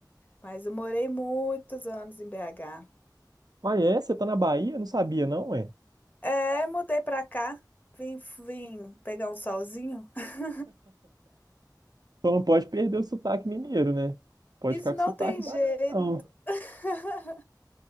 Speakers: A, on the left; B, on the right.
A: Mas eu morei muitos anos em BH.
B: Ah, é? Você tá na Bahia? Eu Não sabia, não, ué.
A: É, mudei pra cá, vim, vim pegar um solzinho. <laughs>
B: Só não pode perder o sotaque mineiro, né? Pode
A: Isso
B: ficar
A: não
B: com sotaque
A: tem
B: baiano,
A: jeito,
B: não.
A: <laughs>